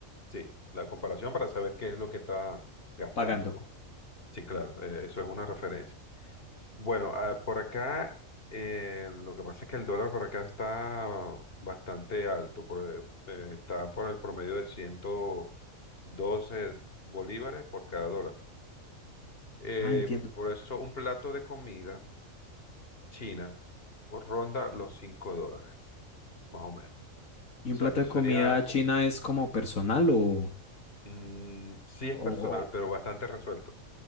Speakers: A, on the left; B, on the left.
A: sí, la comparación para saber qué es lo que está gastando,
B: pagando.
A: ¿no? Sí, claro, eh, eso es una referencia. Bueno, ah, por acá, eh, lo que pasa es que el dólar por acá está bastante alto, por, eh, eh, está por el promedio de ciento doce bolívares por cada dólar. Eh,
B: Ah, entiendo.
A: por eso un plato de comida china ronda los 5 dólares, más o menos. O
B: ¿Y un
A: sea,
B: plato
A: que
B: de
A: eso
B: comida
A: sería
B: china es como personal o,
A: Mm, sí es
B: o-
A: personal,
B: o-
A: pero bastante resuelto.